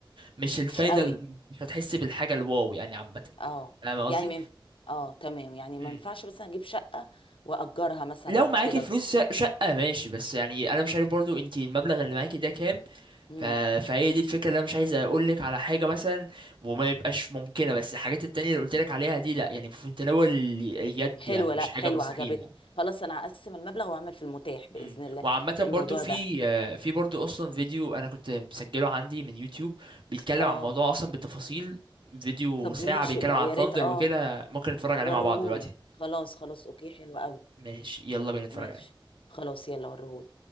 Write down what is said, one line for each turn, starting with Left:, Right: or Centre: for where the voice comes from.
Right: مش الفايده
Left: مش قوي
Right: ال- مش هتحس بالحاجه الواو يعني عامه
Left: اه
Right: فاهم قصدي
Left: يعني من اه تمام يعني ما
Right: مم.
Left: ينفعش مثلا اجيب شقة واجرها مثلا
Right: لو معاكي
Left: وكده
Right: فلوس ش- شقه ماشي بس يعني انا مش عارف برضو انت المبلغ اللي معاكي ده كام
Left: امم
Right: ف... فهي دي الفكره اللي انا مش عايز اقول لك على حاجه مثلا وما يبقاش ممكنه بس الحاجات التانية اللي قلت لك عليها دي لا يعني في متناول اليد
Left: حلوة
Right: يعني مش
Left: لا
Right: حاجه
Left: حلوة
Right: مستحيله
Left: عجبتني خلاص انا هقسم المبلغ واعمل في المتاح بإذن
Right: مم.
Left: الله
Right: وعامة
Left: في
Right: برضو
Left: الموضوع
Right: في
Left: ده
Right: آه، في برضو اصلا فيديو انا كنت مسجله عندي من يوتيوب بيتكلم
Left: اه
Right: عن الموضوع اصلا بالتفاصيل فيديو
Left: طب
Right: ساعة
Left: ماشي
Right: بيتكلم
Left: بقى
Right: عن
Left: يا
Right: ثاندر
Left: ريت اه
Right: وكده ممكن نتفرج
Left: وريهولي
Right: عليه مع بعض دلوقتي
Left: خلاص خلاص اوكي حلو قوي
Right: ماشي يلا بينا نتفرج
Left: ماشي
Right: عليه
Left: خلاص يلا وريهولي